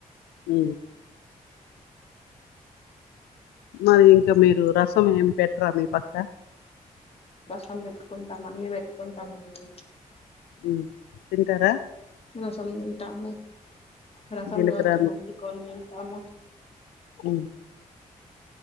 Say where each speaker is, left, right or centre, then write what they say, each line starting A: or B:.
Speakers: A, on the left; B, on the left.
A: అ మరి ఇంకా మీరు రసం ఏం పెట్టారా మీ పక్క
B: నం పెట్టుకుంటాం అన్ని పెట్టుకుంటాం అండి
A: ఉమ్ తింటరా
B: అలా సంటాము రసంలో
A: జీలకర్ర
B: వచ్చినోంచి కొన్ తింటాము
A: మ్